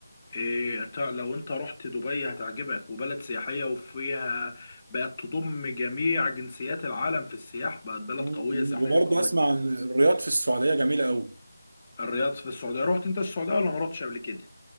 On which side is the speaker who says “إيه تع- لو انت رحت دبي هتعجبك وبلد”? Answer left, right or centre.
Left